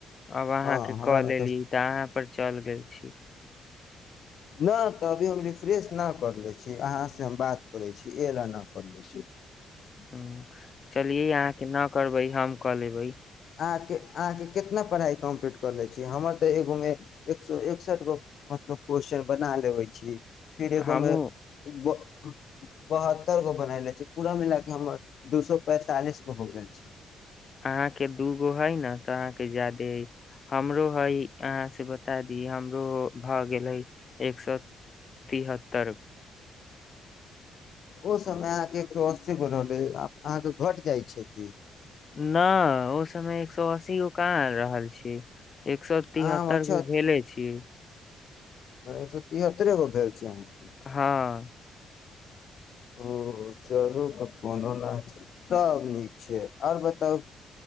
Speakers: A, on the left; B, on the left.
A: अब अहाँके
B: हँ हमरा
A: कऽ
B: मे
A: लेली तऽ अहाँ पर चल गेल छी
B: नाह तऽ अभी हम रिफ्रेश नहि कर लै छी अहाँसँ हम बात करै छी अय ल नहि कर लै छी
A: ह चलियै अहाँके न करबै हम क ले बई
B: अहाके अहाके कितना पढ़ाई कम्पलीट कर लै छी हमर तऽ एगो मे एक सए एकसठ गो मतलब क्वेश्चन बना लेबै छी फिर एगो
A: हमहूँ
B: मे बहत्तर गो बना ले छै पूरा मिलाक हमर दू सए पैंतालिस गो हो गेल छै
A: हँ एक दूगो हय न तऽ अहाँके जादे हमरो के हय अहाँ से बता दी हमरो भऽ गेलै एक सए तिहत्तर गो
B: ओ समय अहाँके एक सए अस्सी गो रहलै अहाँके घट जाइ छै की
A: ना ओ समय एक सए अस्सी गो कहाँ आ रहल छी एक सए तिहत्तर
B: आम अच्छा
A: गो भेले छि
B: एक सए तिहत्तरे गो भेल छी अहाँ
A: हँ
B: ओ चलू तऽ कोनो सब नीक छैय आओर बताउ